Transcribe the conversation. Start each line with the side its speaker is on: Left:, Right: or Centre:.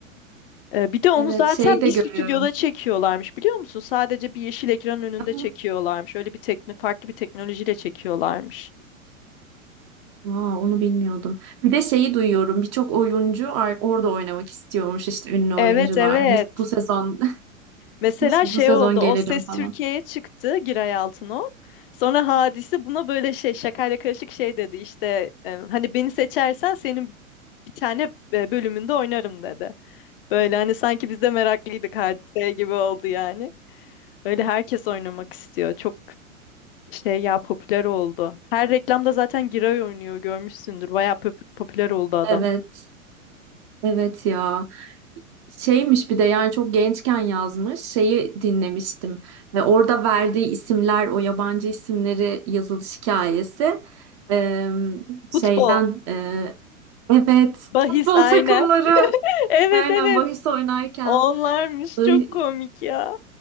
Left: Ee, bir de onu
Right: Evet,
Left: zaten
Right: şeyi de
Left: bir
Right: görüyorum.
Left: stüdyoda çekiyorlarmış biliyor musun? Sadece bir yeşil ekranın önünde
Right: <gasps> Aa,
Left: çekiyorlarmış. Öyle bir tekno, farklı bir teknolojiyle çekiyorlarmış.
Right: aa, onu bilmiyordum. Bir de şeyi duyuyorum. Birçok oyuncu ar- orada oynamak istiyormuş işte ünlü
Left: Evet
Right: oyuncular.
Left: evet.
Right: Biz bu sezon <laughs>
Left: Mesela
Right: bu,
Left: şey
Right: bu sezon
Left: oldu.
Right: gelirim
Left: O Ses
Right: falan.
Left: Türkiye'ye çıktı Giray Altınok. Sonra Hadise buna böyle şey şakayla karışık şey dedi. İşte e, hani beni seçersen senin bir tane e, bölümünde oynarım dedi. Böyle hani sanki biz de meraklıydık Hadise'ye gibi oldu yani. Öyle herkes oynamak istiyor. Çok şey ya popüler oldu. Her reklamda zaten Giray oynuyor görmüşsündür. Bayağı pop- popüler oldu adam.
Right: Evet, evet ya. Şeymiş bir de yani çok gençken yazmış şeyi dinlemiştim ve orada verdiği isimler o yabancı isimleri yazılış hikayesi Ee, şeyden
Left: Futbol,
Right: e, evet
Left: bahis
Right: futbol
Left: aynen.
Right: takımları
Left: <laughs> Evet
Right: aynen
Left: evet.
Right: bahis oynarken
Left: Onlarmış
Right: Bahi-
Left: çok komik ya.